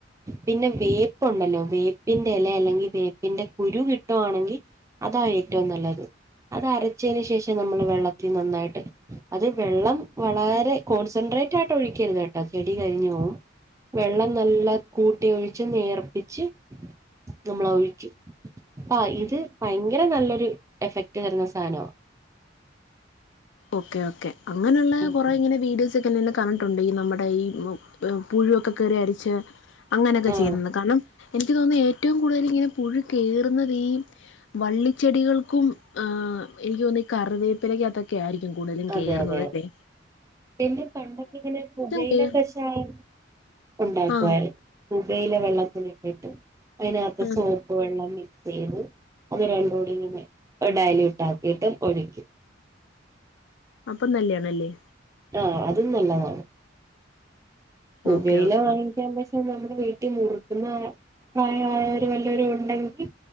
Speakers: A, on the right; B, on the left.
A: പിന്നെ വേപ്പുണ്ടല്ലോ വേപ്പിന്റെ ഇല അല്ലെങ്കിൽ വേപ്പിന്റെ കുരു കിട്ടുവാണെങ്കിൽ അതാ ഏറ്റവും നല്ലത് അത് അരച്ച് ച്ചന് ശേഷം നമ്മൾ വെള്ളത്തിൽ നന്നായിട്ട് അത് വെള്ളം വളരെ കോൺസെൻട്രേറ്റ് ആയിട്ട് ഒഴിക്കരുത് കേട്ടോ ട്ട ചെടി കരിഞ് പോവും വെള്ളം നല്ല കൂട്ടി ഒഴിച്ച് നേർപ്പിച്ച് നമ്മള ഒഴിക്കും അ ഇത് ഭയങ്കര നല്ലൊരു എഫക്ട് തരുന്ന സാധനമാ
B: ഓക്കെ ഓക്കെ അങ്ങനെയുള്ള
A: ഉം
B: കൊറെ
A: ഉം
B: ഇങ്ങനെ വീഡിയോസ് ഒക്കെന്നെ കണ്ടിട്ടുണ്ട് ഈ നമ്മുടെ ഈ പുഴുവൊക്കെ കേറി അരിച്ച അങ്ങനെയൊക്കെ
A: ആഹ്
B: ചെയ്യുന്നുണ്ട് കാരണം എനിക്ക് തോന്നുന്നു ഏറ്റവും കൂടുതൽ ഇങ്ങനെ പുഴു കയറുന്നതീ വള്ളിച്ചെടികൾക്കും ആഹ് എനിക്ക് തോന്നുന്നു ഈ കറിവേപ്പിലേക്ക ഒക്കെ ആയിരിക്കും കൂടുതലും
A: അതെ
B: കേറുന്നതല്ലേ
A: അതെ അതെ പിന്നെ പണ്ടൊക്കെ ഇങ്ങനെ പുകയില
B: കയറും
A: കഷായം ഉണ്ടാക്കുവാരുന്നു
B: ആ
A: പുകയില വെള്ളത്തിലിട്ടിട്ട് അതിനകത്ത്
B: ആ
A: സോ പ്പ് വെള്ളം മിക്സ് ചെയ്ത് അത് രണ്ടും കൂടി ഡെയ്ലൂട്ടാക്കിയിട്ട് ഒഴിക്കും
B: അപ്പം നല്ലാണല്ലേ
A: ആഹ് അതും നല്ലതാണ് പുകയില
B: ഓക്കെ ഓക്കെ
A: വാങ്ങിക്കാൻ
B: ഓക്കെ
A: പ നമ്മള് വീട്ടിൽ മുറുക്കുന്ന പ്രായമായവരു വല്ലരു ഉണ്ടെങ്കിൽ